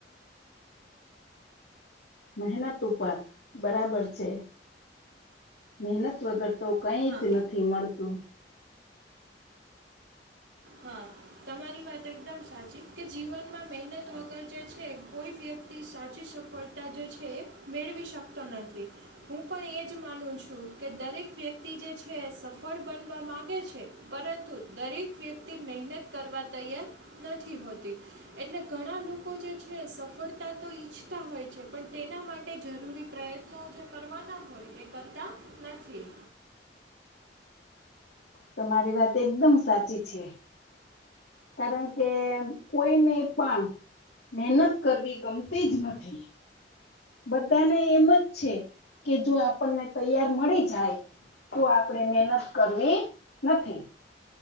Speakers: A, on the left (about 65°); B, on the right (about 85°).
A: મહેનત ઉપર બરાબર છે મહેનત વગર તો કઈ
B: હા
A: જ નથી મળતું
B: હા તમારી વાત એકદમ સાચી કે જીવનમાં મહેનત વગર જે છે કોઈ તી સાચી સફળતા જે છે એ મેળવી શકતો નથી હું પણ એ જ માનું છું કે દરેક વ્યક્તિ જે છે સફળ બનવા માંગે છે પરંતુ દરેક વ્યક્તિ મહેનત કરવા તૈયાર નથી હોતી એટલે ઘણા લોકો જે છે સફળતા તો ઈચ્છતા હોય છે પણ તેના માટે કે જરૂરી પ્રયત્નો જે કરવાના હોય એ કરતા નથી
A: તમારી વાત એકદમ સાચી છે કારણ કે કોઈને પણ મહેનત કરવી ગમતી જ નથી બધાને એમ જ છે કે જો આપણને તૈયાર મળી જાય કો આપણેે મહેનત કરવી નથી